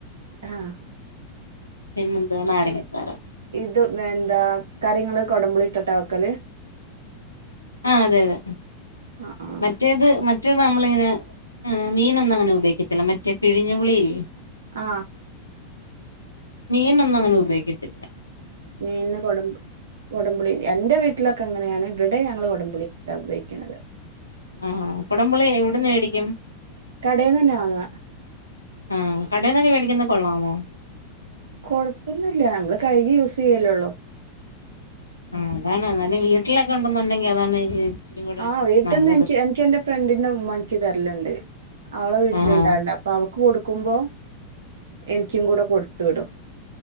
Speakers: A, on the right (about 65°); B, on the left (about 85°).
A: ഹാ
B: പിന്നെന്തോ നാരങ്ങച്ചാറ്
A: ഇത് എന്താ കറി നിങ്ങള്കൊടംമ്പുളി ഇട്ടട്ടാ വെക്കല്
B: ആ അതെ അതെ
A: ആഹ് ആഹ്
B: മറ്റേത് മ മറ്റേ നമ്മളി ഇങ്ങനെ മീനൊന്നും അങ്ങനെ ഉപയോഗിക്കത്തില്ല മറ്റേ പിഴിഞ്ഞു പുളില്ലേ
A: ആ
B: മീനൊന്നും അങ്ങനെഉപയോഗിക്കത്തില്ല
A: നിന്ന് കൊട കൊടമ്പുളി എന്റെ വീട്ടിലൊക്കെ എങ്ങനെയാണ് ഇവിടെ ഞങ്ങള്ൾ കൊടമ്പുളി അതിട്ട്ണ് ഉപയോഗിക്കുന്നത്
B: ആഹ കുടമ്പുളി എവിടന്ന് മേടിക്കും
A: കടയിൽന്ന് തന്നെ വാങ്ങ
B: ആഹ കടയിൽന്നൊക്കെ മേടിക്കുന്ന കൊള്ളാമോ
A: കൊഴപ്പൊന്നില്ല നമ്മള് കഴുക്കിയൂസ് ചെയ്യല്ലോള്ളോ
B: ആ അതാണ് നാൽ വീട്ടിലൊക്കെ ഉണ്ടന്നുണ്ടെങ്കി അതാണ് ഇച്ചിരി കൂടെ
A: ആവീട്ടിൽന്ന്
B: നല്ലത്
A: എനിക്ക് എനിക്ക് എൻറെ ഫ്രണ്ടിും ഉമ്മ തരലുണ്ട് അവളെ വീട്ടിലുണ്ടായിരില്ല
B: ആ
A: അപ്പ അവക്ക് കൊടുക്കു കൊടുക്കുമ്പോ എനിക്കും കൂടെ കൊടുത്ത്‌വിടും